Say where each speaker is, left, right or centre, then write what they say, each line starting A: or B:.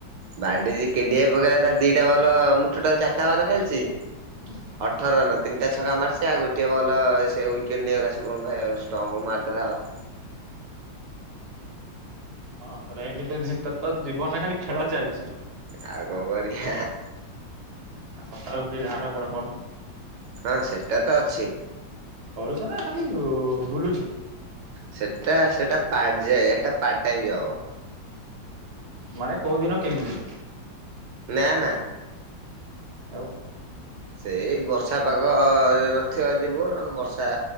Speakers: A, on the right (about 70°); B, on the right (about 50°).
A: ବାଡି ଯ କେଡି ହାଇ ପକେଇବା ତା ଦିଟା ବଲ ମୁଁ ଟୋଟାଲ ଚାରିଟା ବଲ ଖେଳଛି
B: <inaudible>
A: ଅଠର ରନ ତିନିଟା ଛକା ମାରିଛି ଆଉ ଗୋଟଏ ବଲ ସେ ୱିକେଟ୍ ନେଇଗଲା ଶୁଭମ ଭାଇ ଆଉ ଷ୍ଟମ୍ପ ମାରିଦେଲା ଆଉ।
B: ହଁ ତାହେଲେ ଏମିତି ତ ତ ଜୀବନରେ ଖାଲି ଖେଳ ଚାଲିଛି।
A: ଆଉ କଣ କରିବ ଆ।
B: ଆ ସକାଳୁ ଉଠି ଧାଁ ଧପଡ କରନୁ।
A: ହଁ ସେଟା ତ ଅଛି।
B: କରୁଛ ନା ଖାଲି ଅ ଅ ବୁଲୁଛୁ।
A: ସେଟା ସେଟା ପାଯେ ସେଟା ପାର୍ଟ ଟାଇମ ଜବ।
B: ମାନେ କୋଉଦିନ କେମିତି?
A: ନା ନା।
B: ଆଉ
A: ସେଇ ବର୍ଷାପାଗ ଇଏ ନଥିବ ଯିବୁନା ବର୍ଷା